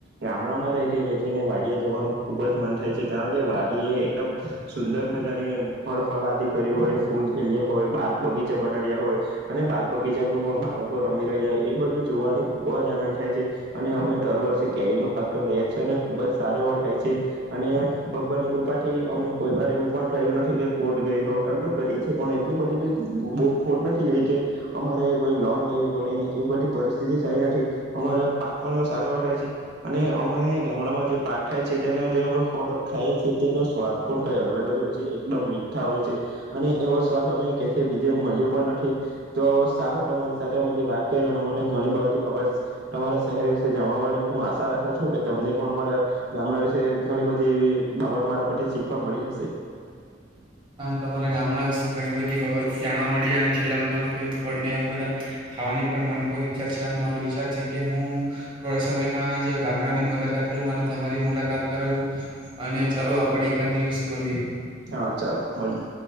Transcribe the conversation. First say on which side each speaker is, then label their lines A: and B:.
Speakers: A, on the right; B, on the right.
A: ગામડામાં રહે તે વ્યક્તિને વાડીયે જવાનું ખૂબ જ મન થાય છે કારણ કે વાડી એ એકદમ સુંદર મજાની ફળ ફળ આદિ કરી હોય ફૂલ ખેલ્યા હોય બાગ બગીચા બનાવ્યા હોય અને બાગ બગીચામાં પણ બાળકો રમી રહ્યા હોય એ બધું જોવાને ખુબ જ આનંદ થાય છે. અને અમે દર વર્ષે કેરીનો પાક તો લેએ છે અને ખુબ જ સારો એવો થાય છે અને ભગવાનની કૃપા થી અમે કોઈ વાર એવું પણ થયું નથી કે ખોટ ગઈ હો એમ તો ગઈ છે પણ એટલી બધી બી બો ખોટ નથી ગઈ કે અમારે કોઈ લોન લેવી પડે ને એ બધી પરિસ્થિતિ થઈ નથી અમારા પાક પણ એવ સાર એવો થાય છે અને અમારે ગામડામાં જે પાક થાય છે તેના જે અમે ફળ ખાયએ છે તેનો સ્વાદ પણ કઈ અલગ જ હોય છે એકદમ મીઠા હોય છે અને એવો સ્વાદ અમે કેથે બીજે મળ્યો પણ નથી તો સારું તમારી સાથે અમે જે વાત કરી અને મને ઘણી બધી બાબત તમારા શહેર વિશે જાણવાળ હું આશા રાખું છું કે તમને પણ અમારા ગામડા વિશે ઘણી બધી એવી બાબત મારા પરથી શીખવા મળી હશે.
B: તમારા ગામડા વિશે ઘણી બધી બાબત જાણવા મળી અને છેલ્લા તમે કહ્યું પણને બધા ખાવાની પણ મને પણ ઈચ્છા છે અને મારો વિચાર છે કે હું થોડા સમયમાં જ ગામડાની મુલાકાત લું અને તમારી મુલાકાત પર આવું અને ચાલો આપડે એકાદ દિવસે મળીએ.
A: હા ચાલો મળીએ.